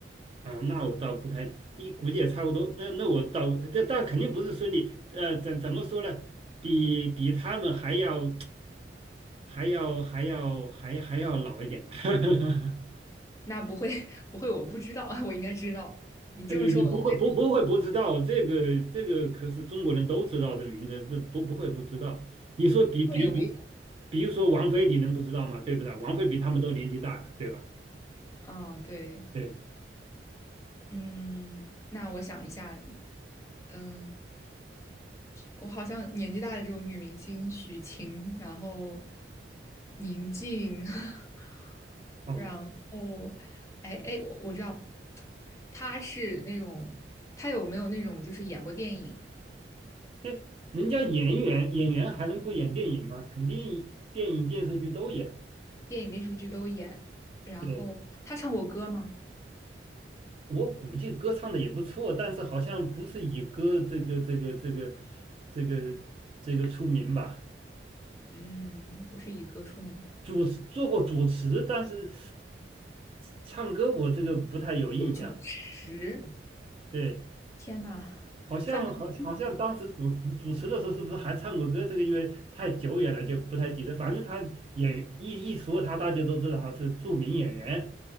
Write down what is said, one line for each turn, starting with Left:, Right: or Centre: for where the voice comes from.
Right: 啊，那我倒不太，一估计也差不多。那那我倒，这但肯定不是孙俪，呃，怎怎么说呢？比比他们还要 <tsk> 还要还要还还要老一点吧。<laughs>
Left: 那不会 <laughs> 不会，我不知道，<laughs> 我应该知道。你这么说，
Right: 呃，你不会不不会不知道这个这个可是中国人都知道的名字，
Left: 我应
Right: 这不不会不知道。你说比比比，
Left: 该会有名。
Right: 比如说王菲，你能不知道吗？对不对？王菲比他们都年纪大呀，对吧？
Left: 嗯，对，
Right: 对，
Left: 嗯，那我想一下，嗯，我好像年纪大的这种女明星，许晴，然后宁静，<laughs>
Right: 哦，
Left: 然后，哎哎，我我知道，她是那种，她有没有那种就是演过电影、
Right: 那人家演员演员还能不演电影吗？肯定电影电视剧都演。
Left: 电影、电视剧都演，然后她唱过歌吗？
Right: 对，我估计歌唱的也不错，但是好像不是以歌这个这个这个这个这个出名吧？
Left: 嗯，不是以歌出名。
Right: 主持做过主持，但是唱歌我这个不太有印象。
Left: 主持，
Right: 对，
Left: 天呐，
Right: 好像好好像当时主持主持的时候是不是还唱过歌？
Left: 范冰
Right: 这个因为太久远了就不太记得。反正他演一一说他，大家都知道他是著名演员，